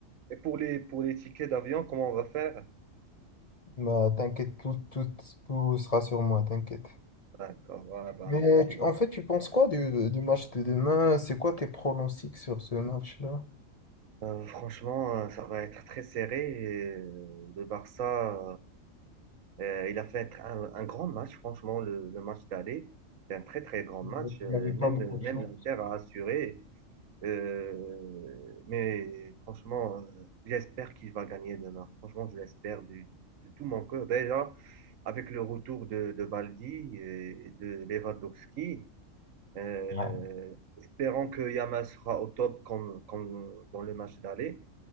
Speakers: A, on the right; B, on the left.
A: Et pour les, pour les tickets d'avion, comment on va faire?
B: Bah, t'inquiète, tout, tout, tout sera sur moi, t'inquiète.
A: D'accord, voilà, bah,
B: Mais
A: merci,
B: tu-
A: merci.
B: en fait, tu penses quoi du, du match de demain? C'est quoi tes pronostics sur ce match-là?
A: Euh, franchement, euh, ça va être très serré. Et, euh, le Barça. Euh, il a fait un, un grand match, franchement, le, le match d'aller. C'est un très, très grand match.
B: Il
A: Euh,
B: n'y avait pas
A: même
B: beaucoup de
A: même
B: chance.
A: l'Inter a assuré. Euh, mais franchement, euh, j'espère qu'il va gagner demain. Franchement, je l'espère du- de, tout mon cœur. Déjà, avec le retour de, de Baldi et de Lewandowski, euh,
B: Ouais.
A: espérons que Yamal sera au top comme, comme dans le match d'aller.